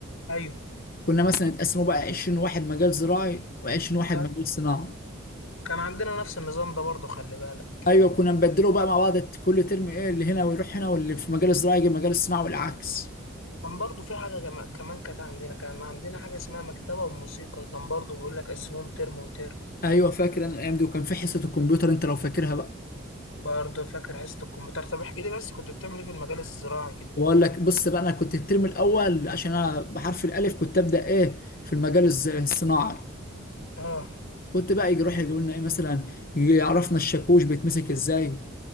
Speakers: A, on the left; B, on the left.
A: ايوه
B: كنا مثلا اتقسموا بقى 20 واحد مجال زراعي و20 واحد
A: آه،
B: مجال صناعة
A: كان عندنا نفس النظام ده برضه خلي بالك
B: أيوة كنا نبدله بقى مع بعض كل ترم ايه اللي هنا ويروح هنا واللي في مجال الزراعة يجي مجال الصناعة والعكس
A: كان برضو في حاجة جما- كمان كانت عندنا كان عندنا حاجة اسمها مكتبة وموسيقى كان برضو بيقول لك قسموهم ترم وترم
B: أيوة فاكر أنا الأيام دي وكان في حصة الكمبيوتر أنت لو فاكرها بقى
A: برضو فاكر حصة الكمبيوتر طب احكي لي بس كنت بتعمل ايه في المجال الزراعي كده
B: واقول لك بص بقى انا كنت الترم الاول عشان انا بحرف الالف كنت ابدا ايه في المجال الز- الصناعي
A: اه
B: كنت بقى يجي يروح يجيب لنا ايه مثلا يجي يعرفنا الشاكوش بيتمسك ازاي